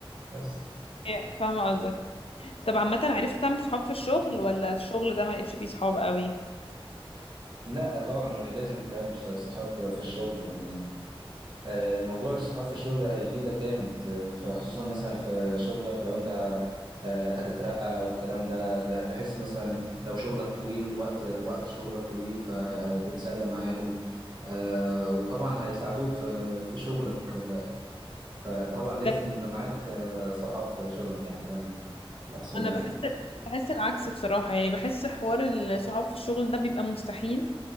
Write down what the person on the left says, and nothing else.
ايوه فاهمه قصدك طب عامه عرفت تعمل صحاب في الشغل ولا الشغل ده ما لقيتش فيه صحاب قوي
ده
انا
بحس بحس العكس بصراحة يعني بحس حوار الصحاب في الشغل ده بيبقى مستحيل